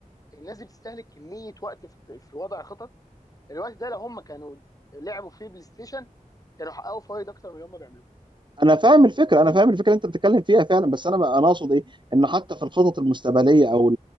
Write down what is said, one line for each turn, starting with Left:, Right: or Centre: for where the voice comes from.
Left: الناس دي بتستهلك كميه وقت في في وضع خطط الوقت ده لو هم كانوا لعبوا فيه بلاي ستيشن كانوا حققوا فوائد اكتر من اللي هم بيعملوه
Right: انا فاهم الفكره
Left: فاهمني
Right: انا فاهم الفكره اللي انت بتتكلم فيها فعلا بس انا بقى- انا اقصد ايه ان حتى في الخطط المستقبليه او